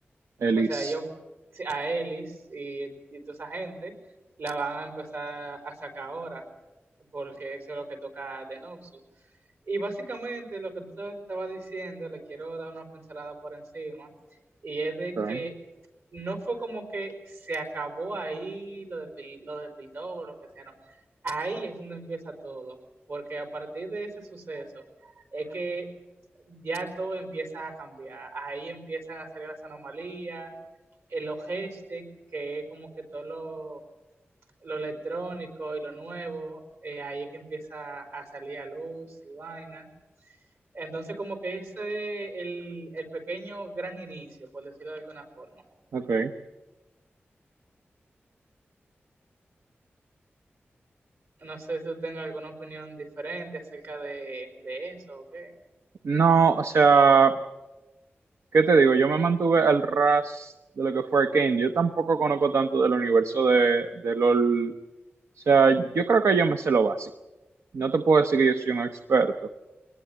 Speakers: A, on the right (about 85°); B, on the right (about 65°).
A: Elise.
B: o sea, ellos, sí, a Ellis y, y toda esa gente, la van a empezar a sacar ahora, porque eso es lo que toca de Noxus. Y básicamente lo que tú estabas diciendo, le quiero dar una pincelada por encima, y es de
A: Ok.
B: que no fue como que se acabó ahí lo de, lo de Piltover o lo que sea, no. Ahí es donde empieza todo, porque a partir de ese suceso es que ya todo empieza a cambiar. Ahí empiezan a salir las anomalías, en los hashtags, que es como que todo lo, lo electrónico y lo nuevo, eh, ahí es que empieza a salir a luz y vaina. Entonces, como que ese es el, el pequeño gran inicio, por decirlo de alguna forma.
A: ok.
B: No sé si tú tengas alguna opinión diferente acerca de, de eso o qué.
A: No, o sea. ¿Qué te digo? Yo me mantuve al ras de lo que fue Arcane. Yo tampoco conozco tanto del universo de, de LOL. O sea, yo creo que yo me sé lo básico. No te puedo decir que yo soy un experto,